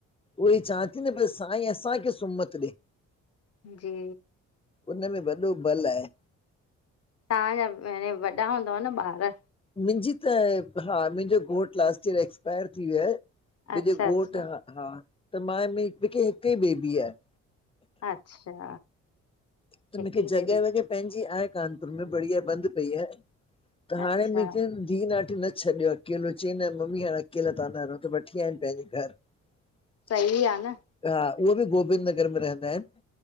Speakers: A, on the left; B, on the left.
A: ऊहे ई चा थी न भई साई असां खे सुमत दे।
B: जी।
A: उनमें वॾो बलु आहे।
B: तव्हांजा हने वॾा हूंदव न ॿार?
A: मुंहिंजी त हा मुंहिंजो घोटु लास्ट ईयर एक्सपायर थी वियो आहे, मुंहिंजो
B: अच्छा अच्छा
A: घोटु ह हा त मां मूंखे हिक ई बेबी आहे।
B: अच्छा।
A: त
B: हिक
A: मूंखे
B: ई
A: जॻह
B: बेबी
A: वॻह पंहिंजी आहे कानपुर में, बढ़िया बंदि पई आहे। त हाणे
B: अच्छा
A: <unintelligible> धीउ, नाठी न छॾयो अकेलो। चई न मम्मी हाणे अकेला तहां न रहो, त वठी आया इनि पंहिंजे घर। <inaudible>
B: सही आ न।
A: हा उह बि गोबिंद नगर में रहंदा आइन।